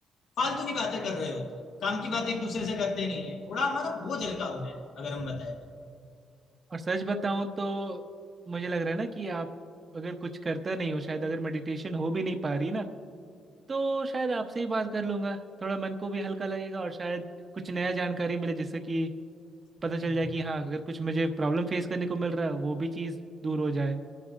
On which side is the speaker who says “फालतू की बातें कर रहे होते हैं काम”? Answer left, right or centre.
Left